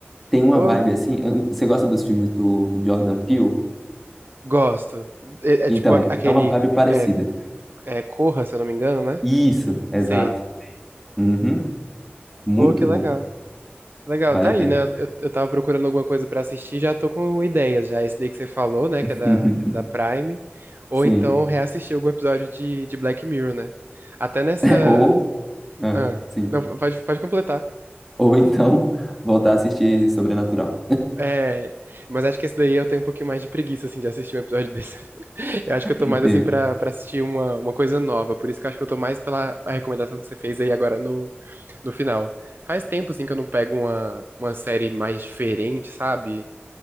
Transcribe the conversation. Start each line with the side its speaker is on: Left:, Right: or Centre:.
Centre: tem uma
Right: Pô,
Centre: vibe assim. eu- Você gosta dos filmes do Jordan Peele?
Right: gosto. É,
Centre: Então,
Right: é tipo a- aquele
Centre: é uma vibe parecida.
Right: é, é Corra, se eu não me engano, né?
Centre: Isso, exato.
Right: Sei.
Centre: Uhum. Muito
Right: Pô, que legal.
Centre: bom.
Right: Legal,
Centre: Vale
Right: tá
Centre: a
Right: aí,
Centre: pena.
Right: né? Eu, eu tava procurando alguma coisa pra assistir, já tô com ideias já. Esse daí que você falou, né?
Centre: <laughs>
Right: Que é da, da Prime. Ou
Centre: Sim.
Right: então reassistir algum episódio de, de Black Mirror, né? Até nessa.
Centre: <laughs> Ou, ah,
Right: Ah,
Centre: sim.
Right: não, pode, pode completar.
Centre: Ou então, voltar a assistir Sobrenatural.
Right: É, mas acho que esse daí eu tenho um pouquinho mais de preguiça, assim, de assistir um episódio desse. <laughs> Eu acho que eu tô
Centre: Entendo.
Right: mais, assim, pra, pra assistir uma, uma coisa nova. Por isso que eu acho que eu tô mais pela a recomendação que você fez aí agora no, no final. Faz tempo, assim, que eu não pego uma, uma série mais diferente, sabe?